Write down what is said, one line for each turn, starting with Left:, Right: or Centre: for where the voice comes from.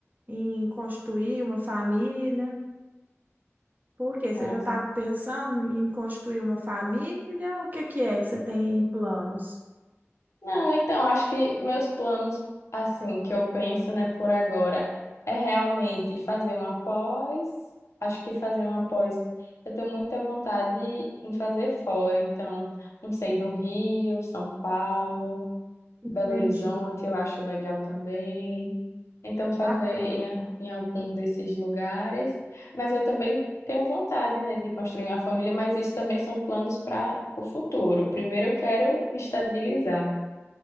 Right: em constituir uma família. Por quê?
Left: Mas...
Right: Você já estava pensando em constituir uma família? O que que é que você tem em planos?
Left: Não, então, acho que meus planos, assim, que eu penso, né, por agora, é realmente fazer uma pós. Acho que fazer uma pós, eu tenho muita vontade em fazer fora. Então, não sei, no Rio, São Paulo.
Right: Entendi.
Left: Belo Horizonte, eu acho legal também. Então, fazer
Right: Bacana,
Left: em, a- em algum desses lugares. Mas eu também tenho vontade, né, de construir uma família, mas isso também são planos para o futuro. Primeiro, eu quero me estabilizar.